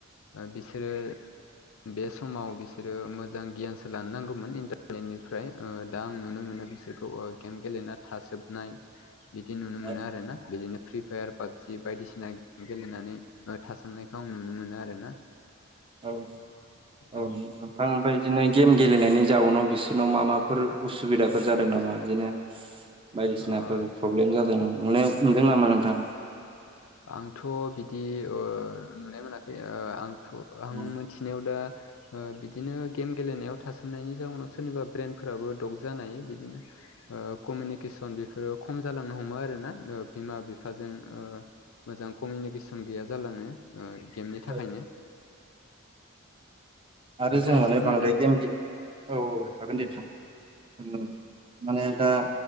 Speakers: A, on the left; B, on the right.
A: बिसोरो बे समाव बिसोरो मोजां गियानसो लानो नांगौमोन इन्टारनेटनिफ्राय दा आं नुनो मोनो बिसोरखौ गेम गेलेना थाजोबनाय बिदि नुनो मोनो
B: औ
A: आरो ना बिदिनो फ्रि फायार पाबजि बायदिसिना गेले गेलेनानै थाजोबनाय बेयो नुनो मोनो आरोना
B: औ औ
A: ओं
B: औ बिफां ओमफ्राय बिदिनो गेम गेलेनायनि जाउनाव बिसोरनाव मा माफोर उसुबिदाफोर जादों नामा बिदिनो
A: <inaudible>
B: बायदिसिनाफोर
A: ओ
B: प्रब्लेम जादों नोनाय नुदों नामा नोंथां
A: आंथ' बिदि नुनाय मोनाखै आं थ' आं
B: औ
A: मिथिनायाव दा बिदिनो गेम गेलेनायाव थासोमनायनि जाउनाव सोरनिबा ब्रेनफोराबो डग जानाय बिदिनो कमिउनिकेसन बेफोरो खम जालांनो हमो आरोना बिमा बिफाजों ओ मोजां कमिउनिकेसन गैया जालांनो गेमनि थाखायनो
B: औ आरो
A: नोंथाङा
B: जों माने
A: एसे फोरमायनो
B: बांद्राय
A: हागोन
B: गेम औ औ हागोन दे नोंथां माने दा